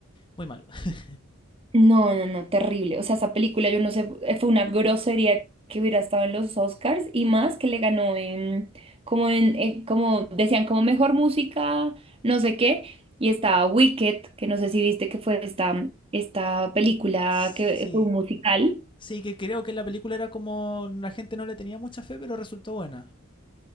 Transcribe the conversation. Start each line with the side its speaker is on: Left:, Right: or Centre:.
Left: muy malo. <laughs>
Right: No, no, no, terrible. O sea, esa película, yo no sé, eh, fue una grosería que hubiera estado en los Oscars y más que le ganó en, como en, eh, como decían, como mejor música, no sé qué. Y estaba Wicked, que no sé si viste que fue esta, esta película
Left: Sí,
Right: que fue un musical.
Left: sí, que creo que la película era como la gente no le tenía mucha fe, pero resultó buena.